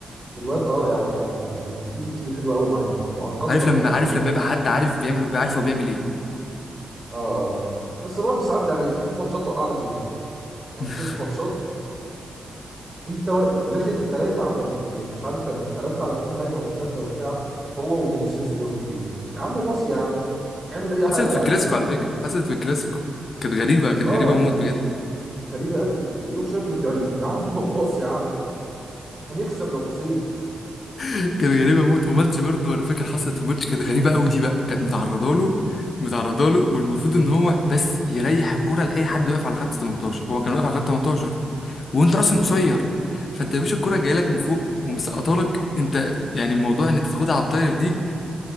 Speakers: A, on the right; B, on the left.
A: الواد اه يعني لما لما بتيجي بتيجي حلوه قوي معاه وانقذنا
B: عارف
A: في
B: لما
A: ماتشين
B: عارف لما
A: اه
B: يبقى حد عارف بيعمل بيعرف هو بيعمل ايه
A: اه بس برضه ساعات يعني في في ماتشات وقعنا فيها يعني
B: <laughs>
A: في في ماتشات انت وا- داخل ثلاثه على اتنين- يعني مش عارف كان ثلاثه على اثنين هجمه مرتده وبتاع هو وفينيسيوس ورودريجو يا عم باص يا عم اعمل اي حاجه
B: حصلت في
A: لا
B: الكلاسيكو
A: بيشوط
B: على فكره حصلت في الكلاسيكو كانت غريبه
A: بيشوط
B: كانت
A: اه
B: غريبه موت بجد
A: غريبة قوي يقوم شايط من بعيد يا عم <laughs> ما تباص يا عم هنكسب لو بصيت
B: كانت غريبه موت وماتش برضه انا فاكر حصلت في ماتش كانت غريبه قوي دي بقى كانت متعرضه له متعرضه له والمفروض ان هو بس يريح الكرة لاي حد واقف على خط 18 هو كان واقف على خط 18 وانت اصلا قصير
A: آه.
B: فانت يا باشا الكرة جايه لك من فوق ومسقطه لك انت يعني الموضوع ان انت تاخدها على الطاير دي